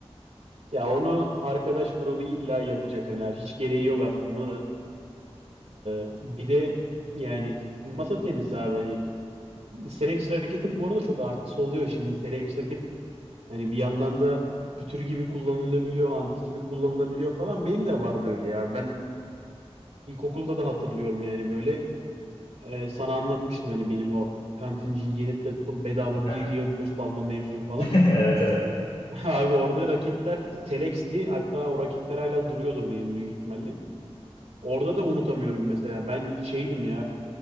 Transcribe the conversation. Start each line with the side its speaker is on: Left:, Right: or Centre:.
Right: Ya onu arkadaş grubu illa yapacak hani hiç gereği yok aslında da. Ee, bir de yani masa tenisi abi hani Selex raketin bu arada çok artısı oluyor. Şimdi Selex Hani bir yandan da pütür gibi kullanılabiliyor, anti gibi kullanılabiliyor falan. Benim de vardı öyle ya. Ben ilkokulda da hatırlıyorum yani böyle. Ee, sana anlatmıştım hani benim o kantinciyi yenip de to- bedava
Left: <laughs>
Right: bir yığın tost alma mevzum falan.
Left: <laughs> Evet evet.
Right: <laughs> Abi orada raketler Selex'ti. Hatta o raketler hala duruyordur benim büyük ihtimalle. Orada da unutamıyorum mesela. Ben şeydim ya.